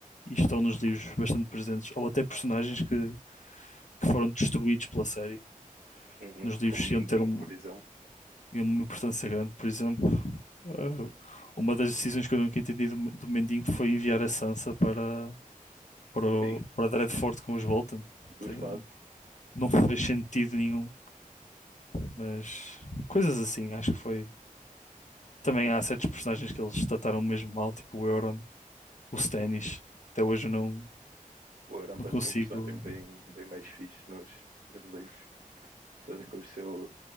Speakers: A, on the left; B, on the right.
A: e estão nos livros bastante presentes, ou até personagens que, que foram destruídos pela série.
B: uhum.
A: Nos livros
B: Como Mindinho,
A: iam ter um-
B: por exemplo.
A: e uma importância grande. Por exemplo, eh, uma das decisões que eu nunca entendi do, do Mendinho foi enviar a Sansa para, para, o-
B: <laughs> Sim,
A: para Dreadfort com os Bolton.
B: de
A: Te-
B: fato.
A: Não fez sentido nenhum, mas coisas assim, acho que foi. Também
B: Uhum,
A: há certos personagens que eles trataram mesmo mal, tipo o Euron, o Stannis.
B: uhum.
A: Até hoje eu não,
B: O Aran
A: não
B: parece
A: consigo.
B: ser um personagem bem, bem mais fixe nos, nos livros. Todas com o seu.